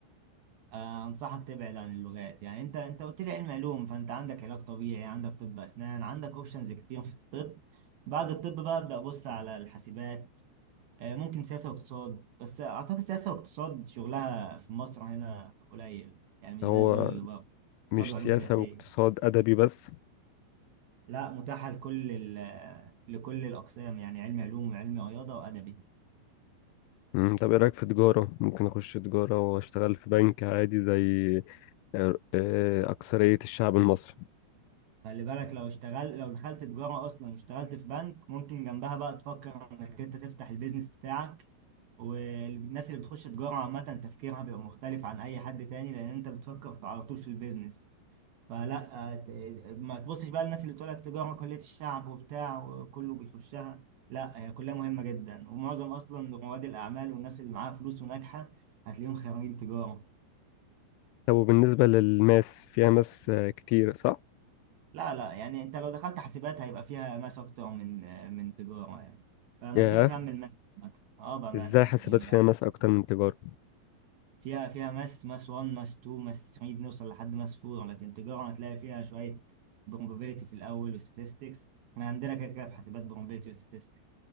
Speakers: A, on the right; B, on the left.
A: آه، أنصحك تبعد عن اللغات يعني أنت أنت قلت لي علم علوم فأنت عندك علاج طبيعي عندك طب أسنان عندك أوبشنز كتير في الطب بعد الطب بقى أبدأ أبص على الحاسبات آه، ممكن سياسة واقتصاد بس أعتقد سياسة واقتصاد شغلها في مصر هنا قليل يعني مش
B: هو
A: زي الدول اللي بره
B: مش
A: اقتصاد وعلوم
B: سياسة
A: سياسية
B: واقتصاد أدبي بس
A: لا متاحة لكل ال- لكل الأقسام يعني علمي علوم وعلمي رياضة وأدبي
B: مم، طب ايه رأيك في تجارة ممكن اخش تجارة واشتغل في بنك عادي زي آه، آه، أكثرية الشعب المصري
A: خلي بالك لو اشتغل لو دخلت تجارة أصلا واشتغلت في بنك ممكن جنبها بقى تفكر إنك أنت تفتح البيزنس بتاعك والناس اللي بتخش تجارة عامة تفكيرها بيبقى مختلف عن أي حد تاني لأن أنت بتفكر على طول في البيزنس فلا ت- ما تبصش بقى للناس اللي بتقول لك تجارة كلية الشعب وبتاع وكله بيخشها لا هي كلها مهمة جدا ومعظم أصلا رواد الأعمال والناس اللي معاها فلوس وناجحة هتلاقيهم خريجين تجارة
B: طب وبالنسبة للماس فيها ماس آه، كتير صح؟
A: لا لا يعني انت لو دخلت حاسبات هيبقى فيها ماس اكتر من من تجاره يعني فما
B: ياه
A: تشيلش هم الماس عامة. اه بامانه
B: ازاي
A: يعني
B: حاسبات فيها ماس اكتر من تجارة
A: فيها فيها ماس ماس 1 ماس 2 ماس 3 بنوصل لحد ماس 4 لكن تجاره هتلاقي فيها شويه probability في الاول وستاتستكس احنا عندنا كده كده في حاسبات probability وستاتستكس